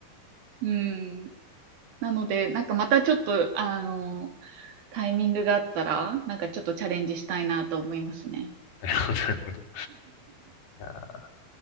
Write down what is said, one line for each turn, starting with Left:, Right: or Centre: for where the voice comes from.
Right: うん。なので、なんかまたちょっと、あの、タイミングがあったら、なんかちょっとチャレンジしたいなと思いますね。
Left: なるほど、なるほど。いやー、